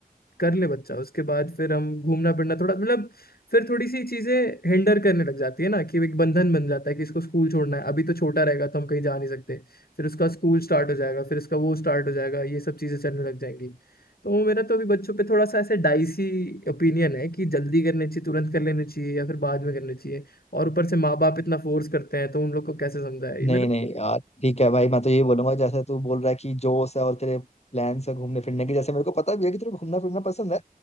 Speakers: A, on the left; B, on the left.
A: कर ले बच्चा उसके बाद फिर हम घूमना फिरना थोड़ा मतलब फिर थोड़ी सी चीजें हिंडर करने लग जाती है ना कि एक बंधन बन जाता है कि इसको स्कूल छोड़ना है अभी तो छोटा रहेगा तो हम कहीं जा नहीं सकते फिर उसका स्कूल स्टार्ट हो जाएगा फिर उसका वो स्टार्ट हो जाएगा ये सब चीजें चलने लग जाएंगी तो वो मेरा तो अभी बच्चों पे थोड़ा सा ऐसे डाइसी ओपिनियन है कि जल्दी करने चाहिए तुरंत कर लेने चाहिए या फिर बाद में करने चाहिए और ऊपर से माँ बाप इतना फोर्स करते हैं तो उन लोग को कैसे समझाए ये
B: नहीं
A: मेरा तो-
B: नहीं यार ठीक है भाई मैं तो यही बोलूंगा जैसे तू बोल रहा है कि जोश है और तेरे प्लान्स है घूमने फिरने के जैसे मेरे को पता भी है कि तेरे को घूमना फिरना पसंद है